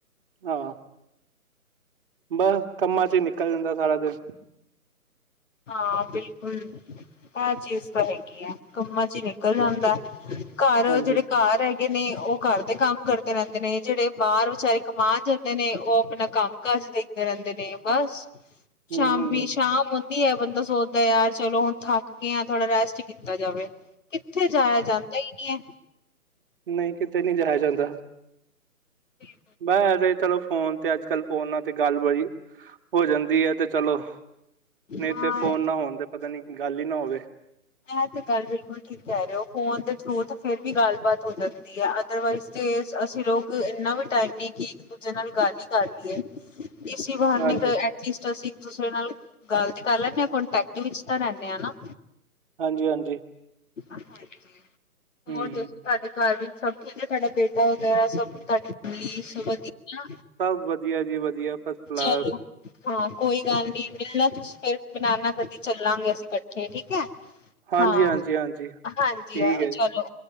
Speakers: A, on the right; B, on the left.
A: ਹਾਂ ਬਸ ਕੰਮਾ ਚ ਈ ਨਿਕਲ ਜਾਂਦਾ ਸਾਰਾ ਦਿਨ।
B: ਹਾਂ ਬਿਲਕੁਲ, ਐ ਚੀਜ਼ ਤਾਂ ਹੈਗੀ ਏ ਕੰਮਾਂ ਚ ਈ ਨਿਕਲ ਜਾਂਦਾ। ਘਰ
A: ਹਾਂਜੀ
B: ਜਿਹੜੇ ਘਰ <unintelligible> ਨੇ ਉਹ ਘਰ ਦੇ ਕੰਮ ਕਰਦੇ ਰਹਿੰਦੇ ਨੇ ਜਿਹੜੇ ਬਾਹਰ ਵਿਚਾਰੇ ਕਮਾਨ ਜਾਂਦੇ ਨੇ ਉਹ ਆਪਣਾ ਕੰਮ ਕਰ ਦੇਖਦੇ ਰਹਿੰਦੇ ਨੇ ਬਸ
A: ਹੂੰ
B: ਸ਼ਾਮੀ
A: ਹੂੰ
B: ਸ਼ਾਮ ਦੀ ਐ ਬੰਦਾ ਸੋਚਦੇ ਯਾਰ ਚਲੋ ਹੁਣ ਥੱਕ ਗਿਆਂ ਥੋੜ੍ਹਾ ਰੈਸਟ ਕੀਤਾ ਜਾਵੇ। ਕਿੱਥੇ ਜਾਇਆ ਜਾਂਦਾ ਇ ਨੀ ਐ।
A: ਨਈ ਕਿੱਤੇ ਨੀ ਜਾਇਆ ਜਾਂਦਾ।
B: ਹੈ
A: ਮੈਂ ਚਲੋ ਫੋਨ ਤੇ ਅੱਜ ਕੱਲ ਫੋਨਾਂ ਤੇ ਗੱਲ ਬੜੀ ਹੋ ਜਾਂਦੀ ਐ ਤੇ ਚਲੋ, ਨਈ
B: ਹਾਂ।
A: ਤੇ ਫੋਨ ਨਾ ਹੋਣ ਤੇ ਪਤਾ ਨੀ ਗੱਲ ਇ ਨਾ ਹੋਵੇ।
B: ਐ ਤੇ ਗੱਲ ਬਿਲਕੁਲ ਠੀਕ ਕਹਿ ਰੇ ਓ ਫੋਨ ਦੇ ਥਰੂ ਤਾਂ ਫਿਰ ਵੀ ਗੱਲਬਾਤ ਹੋ ਜਾਂਦੀ ਐ ਅਦਰਵਾਈਜ਼ ਤੇ <unintelligible> ਅਸੀਂ ਲੋਕ ਇੰਨਾ ਵੀ ਟਾਈਮ ਨੀ ਕਿ ਇੱਕ ਦੂਜੇ ਨਾਲ ਗੱਲ ਇ ਕਰ ਲੀਏ। ਇਸੀ ਬਾਹਾਨੇ
A: ਹਾਂਜੀ
B: ਤੇ ਐਟਲੀਸਟ ਅਸੀਂ ਇੱਕ ਦੂਸਰੇ ਨਾਲ ਗੱਲ ਤੇ ਕਰ ਲੈਂਦੇ ਆਾਂ ਕੋਂਟੈਕਟ ਵਿੱਚ ਤਾਂ ਰਹਿੰਦੇ ਆਾਂ ਨਾ
A: ਹਾਂਜੀ ਹਾਂਜੀ
B: ਹਾਂਜੀ
A: ਹਮ
B: ਹੋਰ ਤੁਸੀਂ ਸਾਡੇ ਘਰ ਵੀ ਸਭ ਕੁ ਤੁਹਾਡਾ ਬੇਟਾ ਵਗੈਰਾ ਸਭ ਤੁਹਾਡੀ ਫੈਮਲੀ ਸਭ ਵਧੀਆ
A: ਸਭ ਵਧੀਆ ਜੀ ਵਧੀਆ ਫਸਟ ਕਲਾਸ
B: ਚਲੋ ਹਾਂ ਕੋਈ ਗੱਲ ਨੀ ਮਿਲਣਾ ਤੁਸੀਂ ਫਿਰ ਬਨਾਨਾ ਕਦੀ ਚੱਲਾਂਗੇ ਅਸੀਂ ਇਕੱਠੇ ਠੀਕ ਹੈ
A: ਹਾਂਜੀ
B: ਹਾਂ
A: ਹਾਂਜੀ ਹਾਂਜੀ ਠੀਕ
B: ਹਾਂਜੀ
A: ਹੈ
B: ਚਲੋ
A: ਜੀ